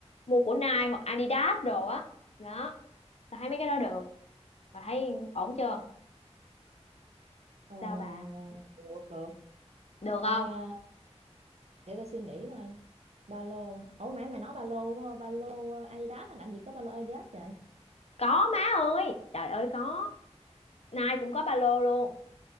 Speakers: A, on the left (about 65°); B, on the right (about 65°).
A: Mua của Nike hoặc Adidas đồ á. Đó, tao thấy mấy cái đó được. Và thấy ổn chưa?
B: ờ,
A: Sao bà?
B: được được
A: Được
B: ta
A: không?
B: để tao suy nghĩ coi ba lô ủa mày mày nói ba lô ba lô Adidas hả? làm gì có ba lô Adidas vậy
A: Có má ơi, trời ơi có. Nai cũng có ba lô luôn.